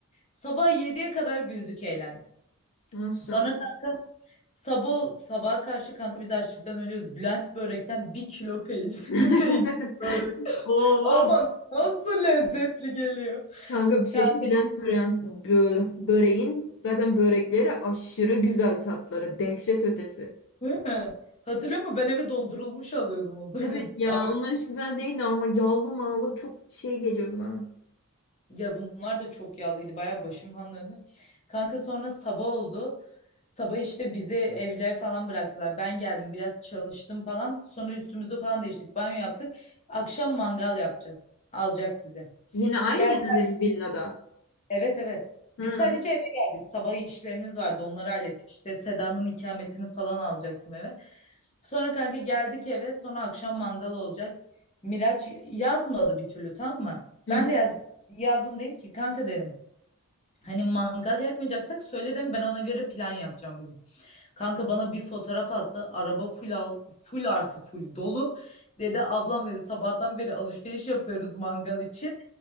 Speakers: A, on the left (about 30°); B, on the left (about 55°).
A: Sabah 7'ye kadar güldük, eğlendik.
B: Maşallah.
A: Sonra Sabah sabaha karşı kanka biz açlıktan ölüyoruz. Bülent börekten bir kilo peynir.
B: <laughs>
A: <laughs> peynir börek. Aman
B: Oo.
A: nasıl lezzetli geliyor.
B: Kanka bir şey
A: Kanka
B: değil. Bülent Böreğin, Bö- Böreğin zaten börekleri aşırı güzel tatları. Dehşet ötesi.
A: değil mi? Hatırlıyor musun? Ben eve dondurulmuş alıyordum onları.
B: Evet ya
A: Ay,
B: onlar hiç güzel değildi ama yağlı mağlı çok şey geliyordu bana.
A: Ya bunlar da çok yağlıydı. Bayağı başım falan döndü. Kanka sonra sabah oldu. Sabah işte bizi evlere falan bıraktılar. Ben geldim biraz çalıştım falan. Sonra üstümüzü falan değiştik. Banyo yaptık. Akşam mangal yapacağız. Alacak bize.
B: Yine aynı
A: Gel
B: yerde mi villada?
A: Evet evet.
B: Hı.
A: Biz sadece eve geldik. Sabah işlerimiz vardı. Onları hallettik. İşte Seda'nın ikametini falan alacaktım eve. Sonra kanka geldik eve. Sonra akşam mangal olacak. Miraç yazmadı bir türlü tamam mı?
B: <laughs>
A: Ben de yaz, yazdım dedim ki kanka dedim. Hani mangal yakmayacaksak söyle dedim ben ona göre plan yapacağım bugün. Kanka bana bir fotoğraf attı. Araba full al, full artı full dolu. Dedi ablam dedi sabahtan beri alışveriş yapıyoruz mangal için.